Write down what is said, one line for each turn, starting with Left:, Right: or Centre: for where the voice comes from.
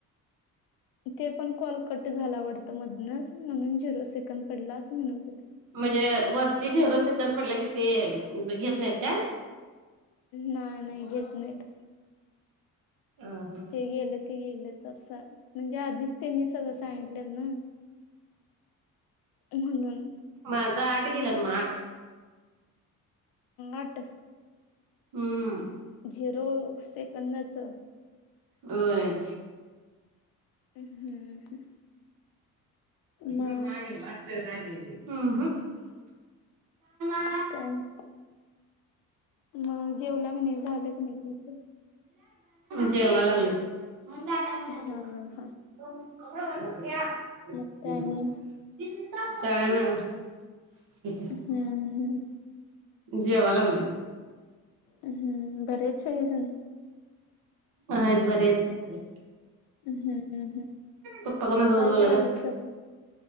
Left: ते पण कॉल कट झाला वाटत मधनच, म्हणून झिरो सेकंड पडला अस म्हणत होते.
Right: म्हणजे वरती झेरो सेकंद पडला कि ते घेत नाहीत का?
Left: नाही नाही घेत नाहीत.
Right: हा हा
Left: ते गेल ते गेलच अस. म्हणजे आधीच त्यांनी सगळ सांगितल ना. म्हणून
Right: माझ आठ गेल्यात मग आठ.
Left: आट
Right: हम्म
Left: झिरो सेकंदाच
Right: व्हय
Left: उम्म हम्म हम्म
Right: हे
Left: मग
Right: बघ माये <unintelligible> उम्म हम्म
Left: <unintelligible>
Right: <unintelligible>
Left: मग जेवला का नाही. झाल का नाही तुमच?
Right: जेवा लागलोय. <unintelligible>
Left: हा हा मग काय आणि?
Right: काय नाही.
Left: हम्म हम्म.
Right: जेवा लागलोय.
Left: हम्म, बरे आहेत सगळीजण.
Right: आहेत बरे आहेत.
Left: हम्म हम्म.
Right: पप्पा कोणा सोबत
Left: काय
Right: बोलायल्यात?
Left: करायल्यात सगळे?